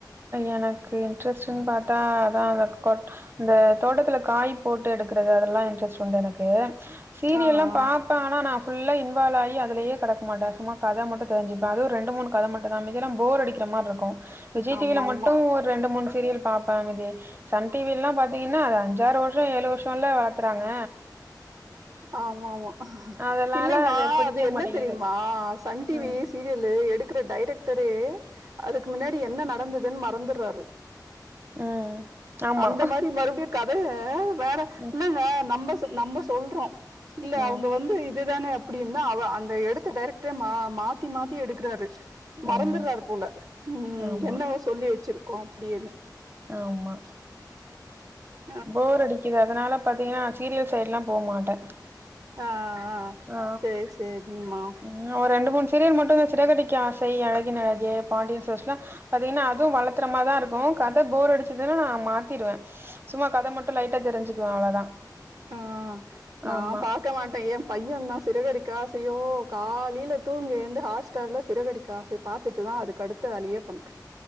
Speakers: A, on the right (about 30°); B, on the right (about 55°).
A: எனக்கு இன்ட்ரெஸ்ட்னு பாத்தா அதான் வெப் கோட்டா இந்த தோட்டத்துல காய் போட்டு எடுக்குறது அதெல்லா இன்ட்ரெஸ்ட் உண்டு எனக்கு சீரியல்லா
B: ஆ ஆ
A: பாப் பே ஆனா நா ஃபுல்லா இன்வாலாயி அதிலேயே கடக்கமாட்டே சும்மா கத மட்டு தெரிஞ்சுப்பே அது ரெண்டு மூணு கத மட்டும்தா மீதில்லா போர் அடிக் க்குற மாரி இருக்கு விஜய்
B: ஆமா
A: டிவில மட்டு
B: ஆமா
A: ஒரு ரெண்டு மூணு சீரியல் பாப்பே மீதி சன் டிவி எல்லா பாத்தீங்கன்னா அது அஞ்சாறு வருஷோ ஏழு வருஷம்ல்லா வளத்துறாங்க
B: ஆமாம்மா
A: அதனால
B: இல்லமா
A: பிடிக்கவே
B: அது என்ன
A: மாட்டேங்குது.
B: தெரியுமா சன் டிவி
A: ம்.
B: சீரியலு எடுக்குற டைரக்டரே அதுக்கு முன்னாடி என்ன நடந்ததுன்னு மறந்துறாரு
A: ம். ஆமா.
B: அந்த மாறி மறுபடியு கதைய வேற
A: ம்.
B: இல்லங்க நம்ம நம்ம சொல்றோம் இல்ல
A: ம்.
B: அவுங்க வந்து இதுதான அப்பிடியின்னா அவ அந்த எடுத்த டைரக்ட்ரே மா மாத்தி மாத்தி எடுக்குறாரு மறந்துர்றாரு
A: ம்.
B: போல ம் ம்
A: ஆமா
B: என்னவோ சொல்லி வச்சிருக்கோ அப்பிடின்னு
A: ஆம்மா
B: <inaudible>
A: போரடிக்குது அதுனால பாத்தீங்கன்னா சீரியல் சைட்லா போமாட்டே
B: ஆ ஆ
A: அ
B: சேரி சேரிமா
A: ம் ஒரு ரெண்டு மூணு சீரியல் மட்டு சிறகடிக்க ஆசை அழகின் அழகே பாண்டியன் ஸ்டோர்ஸ் லா பாத்தீங்கனா அதுவு வளத்தறமாதா இருக்கு கத போர் அடிச்சதுனா நா மாத்திருவே சும்மா கத மட்டு லைட்டா தெரிஞ்சுக்குவே அவ்ளோதா
B: ஆ நா
A: ஆமா
B: பாக்க மாட்டே எம் பையன் தா சிறகடிக்காசையோ காலைல தூங்கி எழுந்து ஹாட்ஸ்டார்ல சிறகடி க்க ஆசை பாத்துட்டுதா அதுக்கு அடுத்த வேலயே பண்றா